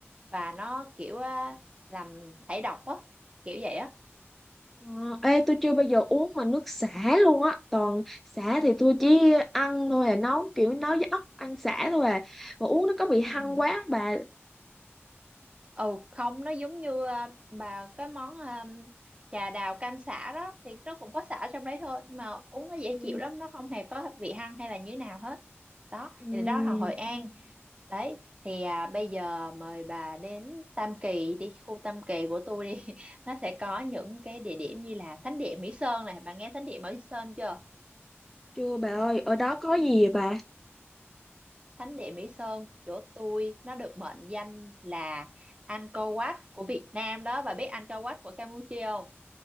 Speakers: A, on the right (about 25°); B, in the centre.
A: và nó kiểu ờ, làm thải độc á kiểu vậy á
B: Ờ. Ê tôi chưa bao giờ uống mà nước sả luôn á. Toàn sả thì tôi chỉ ăn thôi à, nấu kiểu nấu với ốc ăn sả thôi à. Mà uống nó có bị hăng
A: Ừ.
B: quá không bà?
A: ừ không nó giống như à, bà cái món à, trà đào cam xả đó thì nó cũng có xả trong đấy thôi nhưng mà uống nó dễ
B: Ừ.
A: chịu lắm nó không hề có vị hăng hay là như thế nào hết đó
B: Ừ.
A: thì đó là Hội An đấy thì à, bây giờ mời bà đến Tam Kỳ đi khu Tam Kỳ của tôi đi <laughs> nó sẽ có những cái địa điểm như là Thánh địa Mỹ Sơn này bà nghe Thánh địa Mỹ Sơn chưa
B: Chưa bà ơi, ở đó có gì vậy bà?
A: Thánh địa Mỹ Sơn chỗ tôi nó được mệnh danh là Angkor Wat của Việt Nam đó bà biết Angkor Wat của Campuchia không